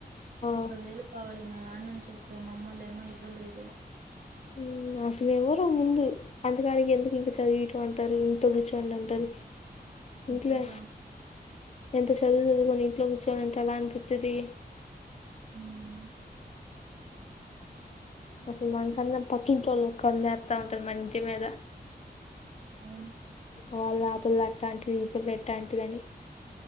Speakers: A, on the right; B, on the left.
A: ముప్పై
B: ఆ
A: వేలు కావాలి మా అమ్ముళ్ళు చూస్తే మామ్మలే ఏమో ఇవ్వలేరు
B: ఉ అసలు ఇవరు ముందు అందుకాని ఎందుకు ఇంక చదివటం అంటారు ఇంట కూర్చోండి అంటారు
A: అంతేగా
B: ఇంట్లె ఎంత చదువు చదువుకొని ఇంట్లో కూర్చోలంటే ఏలా అనిపితది
A: ఉమ్
B: అసలు మనకన్నా పక్కిట్ వాళ్ళు కన్ను వేస్తా ఉంటది మన ఇంటి మీద
A: అవును
B: వాళ్ళు ఆ పిల్ల అట్లాంటిది ఈ పిల్ల ఎట్లాంటిదని